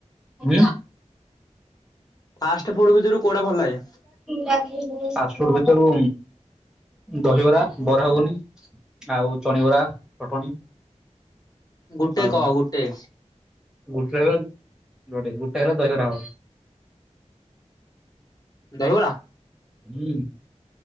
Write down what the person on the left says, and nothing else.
ପାଷ୍ଟ୍ ଫୁଡ୍ ଭିତରୁ କୋଉଟା ଭଲ ଲାଗେ
ଗୋଟେ
କହ ଗୋଟେ।
ଦହିବରା?